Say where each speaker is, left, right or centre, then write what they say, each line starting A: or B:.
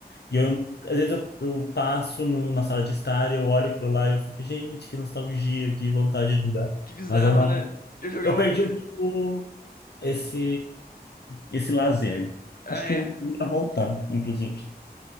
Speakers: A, on the left; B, on the left.
A: E eu, às vezes eu, eu passo no- na sala de estar e eu olho aquilo lá e eu fico, gente, que nostalgia, que vontade de jogar.
B: Que bizarro,
A: Mas eu não.
B: né? Eu jogava
A: Eu perdi
B: muito.
A: um pouco esse, esse lazer.
B: Ah,
A: Acho que
B: é.
A: eu ia voltar, inclusive.